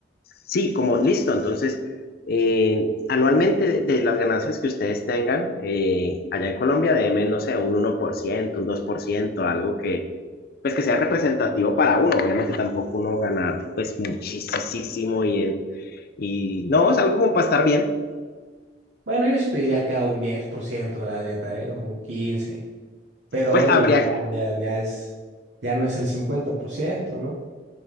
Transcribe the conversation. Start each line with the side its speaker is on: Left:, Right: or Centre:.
Left: sí, como listo. Entonces, eh, anualmente de, de las ganancias que ustedes tengan, eh, allá en Colombia, deben, no sé, un uno por ciento un 2% algo que, pues, que sea representativo para uno. Obviamente tampoco uno ganar, pues, muchísimo y, en- y no, es algo como para estar bien.
Right: Bueno, yo sí pediría acá un 10%, la neta, ¿eh? Un 15%. Pero
Left: Pues
Right: oye,
Left: habría,
Right: ya,
Left: que-
Right: ya, ya es, ya no es el 50%, ¿no?